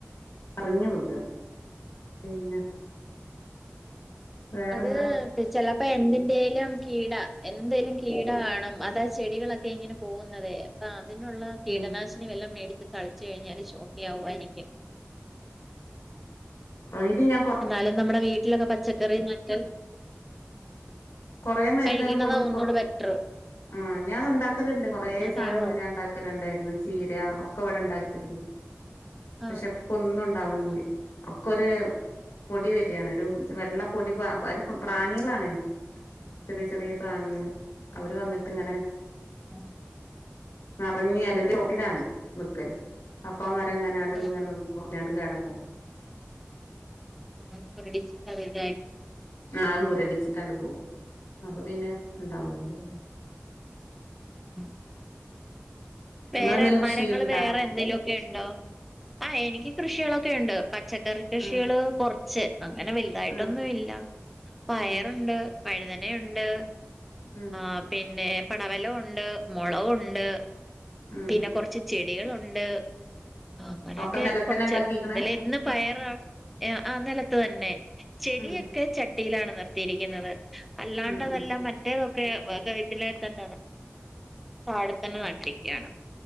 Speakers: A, on the left; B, in the centre.
A: മറിഞ്ഞു പോകയുകയാണ് പിന്നെ വേറെന്താ
B: അത് ചെലപ്പോ എന്തിന്റെലും കീട എന്തെലും കീടാകാണും അതാ ചെടികളൊക്കെ ഇങ്ങനെ പോകുന്നതേ അപ്പ അതിനുള്ള കീടനാശിനി
A: ഉം
B: വെല്ലോം മേടിച്ച് തളിച്ച് കഴിഞ്ഞാല് ഓക്കെ ആവുമായിരിക്കും
A: ഓ ഇത് ഞാ
B: എന്നാലും നമ്മുടെ വീട്ടിലൊക്കെ പച്ചക്കറി നട്ട്
A: കൊറേ മരുന്നുകള്
B: കഴിക്കുന്നതാ
A: കൊണ്ടുന്നുയിപ്പൊ
B: ഒന്നൂടെ ബെറ്റർ
A: ആഹ് ഞാൻ ഉണ്ടാക്കുന്നുണ്ട് കൊറേ
B: അതെയോ
A: സാനങ്ങള് ഞാൻ ണ്ടാ ണ്ടാക്കലിണ്ടായിരുന്നു ചീര ഒക്കെ ഇവിടെ ഒണ്ടാക്കിരുന്നു പക്ഷെ
B: ആഹ്
A: ഇപ്പ ഒന്നും ഉണ്ടാവണില്ല
B: ആഹ്
A: ഒക്കെ ഒരു പൊടി വരികയാണ് ഒരു
B: ഉം
A: വെള്ള പൊടി പ ഒരു പ്രാണികളാണ് ചെറിയ ചെറിയ പ്രാണികള് അവര് വന്നിട്ടിങ്ങനെ
B: ഉം
A: നെറഞ്ഞു യെലേന്റെ അടിയിലുമൊക്കെ ഇതാണ് നിക്കല് അപ്പൊ
B: ആഹ്
A: മരങ്ങനെ അതങ്ങനെ
B: ആഹ്
A: നി കൊ ഞാണ്ട് കേടാൻ പോകും
B: <inaudible>
A: ആഹ് മുരടിച്ചിട്ടാണ്ട് പോവും അപ്പൊ പിന്നെ ഇണ്ടാവുല്ല
B: <inaudible> വേറെ
A: നിങ്ങളെന്തേലും
B: മരങ്ങള്
A: കൃഷി ചെയ്യലുണ്ടാ
B: വേറെ എന്തേലു ഒ ക്കെണ്ടോ ആഹ് എനിക്ക് കൃഷികളൊക്കെ ഉണ്ട് പച്ചക്കറി കൃഷികള്
A: ആഹ്
B: കൊറച്ച് അങ്ങനെ വലുതായിട്ടൊന്നും
A: ആഹ്
B: ഇല്ല പയറുണ്ട്
A: ആഹ്
B: വഴുതനയുണ്ട്
A: ഉം
B: ആഹ് പിന്നെ പടവലവൊണ്ട് മൊളകൊണ്ട്
A: ഉം
B: പിന്നെ കൊറച്ച് ചെടികളൊണ്ട് ആഹ് അങ്ങനെയൊക്കെ
A: ഒക്കെ നിലത്തന്നെ
B: കൊറച്ച്
A: ഉണ്ടാക്കിക്കണേ
B: എന്തേലും ഇന്ന് പയറാ ഏഹ് ആഹ് നെലത്ത് തന്നെ ചെടിയൊക്കെ
A: ഉം
B: ചട്ടിയിലാണ് നിർത്തിയിരിക്കുന്നത് അല്ലാണ്ടതെല്ലാം
A: ഉം ഉം
B: മറ്റേതൊക്കെ വ ഇതിലെ തന്നെ ന താഴത്തന്നെ നട്ടിരി ക്കാണ്